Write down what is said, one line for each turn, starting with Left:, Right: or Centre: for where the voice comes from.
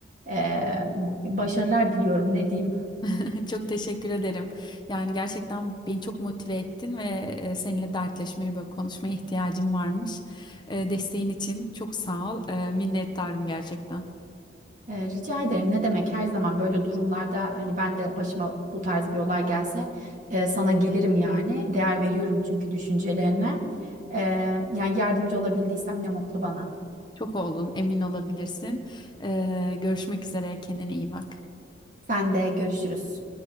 Right: E, bu- başarılar diliyorum ne diyeyim.
Left: <laughs> Çok teşekkür ederim. Yani gerçekten beni çok motive ettin ve e, seninle dertleşmeye, böyle konuşmaya ihtiyacım varmış. E, Desteğin için çok sağ ol. E, Minnettarım gerçekten.
Right: Ee, rica ederim. Ne demek her zaman böyle durumlarda hani ben de başıma bu tarz bir olay gelse e, sana gelirim yani. Değer veriyorum çünkü düşüncelerine. Ee, yani yardımcı olabildiysem ne mutlu bana.
Left: Çok oldun, emin olabilirsin. E, Görüşmek üzere, kendine iyi bak.
Right: Sen de görüşürüz.